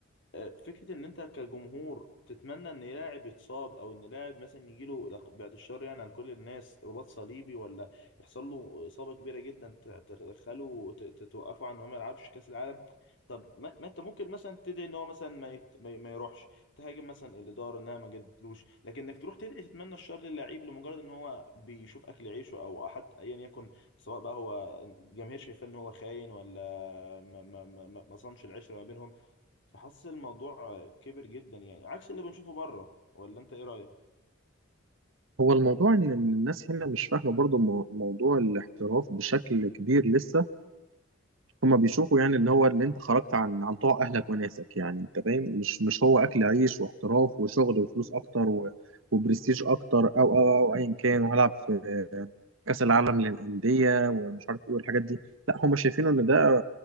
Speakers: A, on the left (about 65°); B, on the right (about 75°).
A: آه، فكرة إن أنت كجمهور تتمنى إن لاعب يتصاب أو إن لاعب مثلا يجيله لق- بعد الشر يعني عن كل الناس رباط صليبي ولا يحصل له إصابة كبيرة جدا ت- تدخله ت- ت- توقفه عن إنه ما يلعبش كأس العالم طب ما, ما أنت ممكن مثلا تدعي إن هو مثلا ما, يت... ما, ي- ما يروحش تهاجم مثلا الإدارة إنها ما جددتلوش لكن إنك تروح تدعي تتمنى الشر للعيب لمجرد إن هو بيشوف أكل عيشه أو حتى أيا يكن سواء بقى هو الجماهير شايفاه إن هو خاين ولا ما, ما, ما, ما ما صانش العشرة ما بينهم فحاسس الموضوع كبر جدا يعني عكس اللي بنشوفه بره ولا انت ايه رايك
B: هو الموضوع ان إن الناس هنا مش فاهمه برضو مو- موضوع الاحتراف بشكل كبير لسه هما بيشوفوا يعني ان هو اللي انت خرجت عن عن طوع اهلك وناسك يعني انت فاهم مش مش هو اكل عيش واحتراف وشغل وفلوس اكتر و وبرستيج اكتر او او او ايا كان وهلعب في كاس العالم للانديه ومش عارف ايه والحاجات دي لا هما شايفينه ان ده